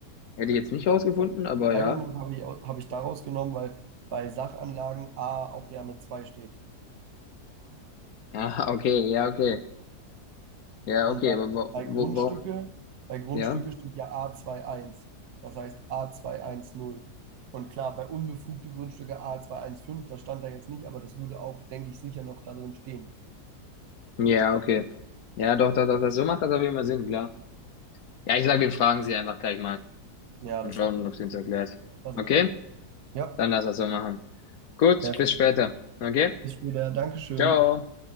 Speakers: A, on the left; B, on the right.
A: hätte ich jetzt nicht rausgefunden, aber
B: 200
A: ja. <laughs>
B: habe ich, au- habe ich daraus genommen, weil bei Sachanlagen A auch gerne 2 steht.
A: Ah, okay, ja, okay. Ja,
B: Und
A: okay,
B: bei,
A: aber wo,
B: bei
A: wo,
B: Grundstücke,
A: warum?
B: bei Grundstücke
A: Ja?
B: steht ja A2.1, das heißt A210. Und klar, bei unbefugte Grundstücke A215, das stand da jetzt nicht, aber das würde auch, denke ich, sicher noch da drin stehen.
A: Ja, okay. Ja, doch, doch, doch, das, so macht das auf jeden Fall Sinn, klar. Ja, ich sage, wir fragen sie einfach gleich mal
B: Ja,
A: und
B: das
A: schauen,
B: ist eine gute
A: ob
B: Idee.
A: sie uns erklärt.
B: Das
A: Okay?
B: machen wir. Ja,
A: Dann lass das so machen. Gut,
B: perfekt.
A: bis später. Okay?
B: Bis später. Dankeschön.
A: Ciao.